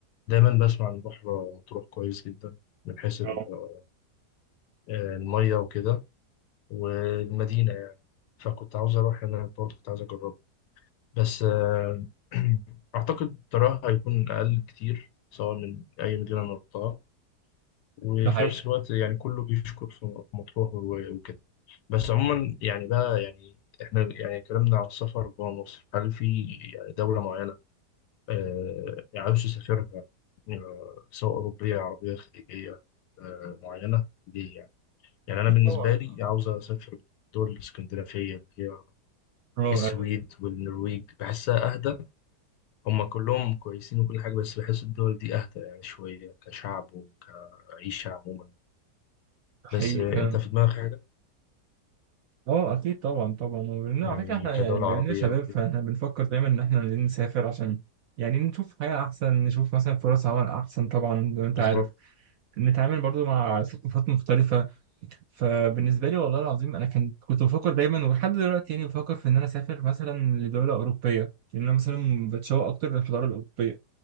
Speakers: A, on the left (about 80°); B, on the right (about 65°).
A: دايما بسمع عن بحر مطروح كويس جدا من حيث ال-
B: اه
A: آه، الميه وكده والمدينه يعني فكنت عاوز اروح انا برضو كنت عايز اجرب بس آه، <clears throat> اعتقد تراها هيكون اقل كتير سواء من اي مدينه انا رحتها وفي
B: ده حقيقي
A: نفس الوقت يعني كله بيشكر في مطروح و- وكده بس عموما يعني بقى يعني احنا يعني اتكلمنا على السفر جوه مصر هل في يعني دولة معينة آه عاوز تسافرها آه، سواء أوروبية عربية خليجية آه معينة دي يعني يعني أنا
B: اكيد
A: بالنسبة
B: طبعا
A: لي عاوز أسافر الدول الاسكندنافية اللي هي
B: اه
A: السويد
B: أيوة،
A: والنرويج بحسها أهدى هما كلهم كويسين وكل حاجة بس بحس الدول دي أهدى يعني شوية كشعب وكعيشة عموما
B: ده حقيقي
A: بس آه،
B: فعلا
A: انت في دماغك حاجة
B: اه اكيد طبعا طبعا وبن-
A: يعني
B: على فكره احنا
A: كدولة
B: يعني بما
A: عربية
B: اننا شباب
A: وكده
B: فاحنا بنفكر دايما ان احنا عايزين نسافر عشان يعني نشوف حياه احسن نشوف مثلا فرص عمل احسن طبعا زي ما انت
A: بالظبط
B: عارف نتعامل برضو مع ثقافات مختلفة فبالنسبة لي والله العظيم أنا كان كنت بفكر دايما ولحد دلوقتي يعني بفكر في إن أنا أسافر مثلا لدولة أوروبية لأن أنا مثلا بتشوق أكتر للحضارة الأوروبية